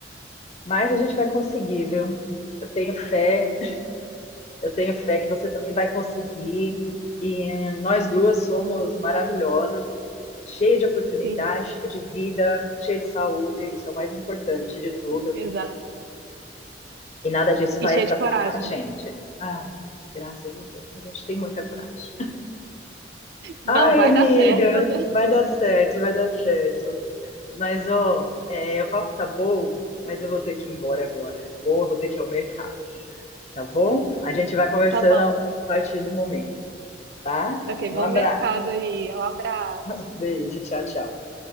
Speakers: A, on the left; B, on the right.
A: Mas a gente vai conseguir, viu? Eu tenho fé, eu tenho fé que você também vai conseguir. E nós duas somos maravilhosas. cheia de oportunidade,
B: Sim,
A: cheia de vida, cheia de saúde, isso é o mais importante de tudo.
B: exato.
A: E nada disso vai
B: E cheio
A: atrapalhar
B: de coragem.
A: a gente. Ai, graças a Deus, a gente tem muita coragem. <laughs>
B: Não,
A: Ai,
B: vai
A: amiga,
B: dar certo.
A: vai dar certo, vai dar certo. Mas, ó, é, o papo tá bom, mas eu vou ter que ir embora agora, tá bom? Eu vou ter que ir ao mercado, tá bom? A gente vai conversando
B: Tá bom.
A: a partir do momento, tá?
B: Ok,
A: Um
B: bom
A: abraço,
B: mercado aí. Um abraço.
A: beijo, tchau, tchau.